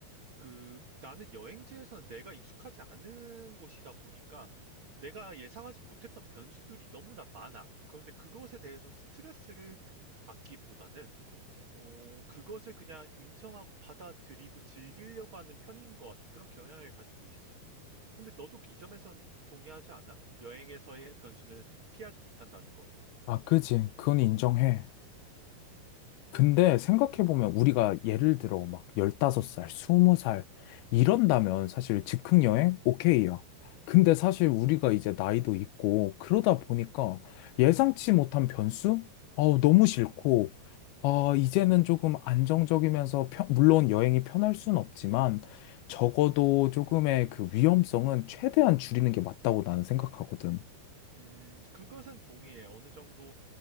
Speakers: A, on the right; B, on the left.
A: 그 나는 여행지에서 내가 익숙하지 않은 곳이다 보니까 내가 예상하지 못했던 변수들이 너무나 많아. 그런데 그것에 대해서 스트레스를 받기보다는 어, 그것을 그냥 인정하고 받아들이고 즐기려고 하는 편인 것 같아. 그런 경향을 가지고 있어. 근데 너도 그 이 점에선 동의하지 않아? 여행에서의 변수는 피하지 못한다는 것.
B: 아, 그지. 그건 인정해.
A: 음,
B: 근데 생각해보면 우리가 예를 들어 막 15살, 20살 이런다면 사실 즉흥여행 오케이야. 근데 사실 우리가 이제 나이도 있고 그러다 보니까 예상치 못한 변수? 아우, 너무 싫고, 아,
A: 음.
B: 이제는 조금 안정적이면서 편- 물론 여행이 편할 순 없지만 적어도 조금의 그 위험성은 최대한 줄이는 게 맞다고 나는 생각하거든.
A: 음, 그것은 동의해 어느 정도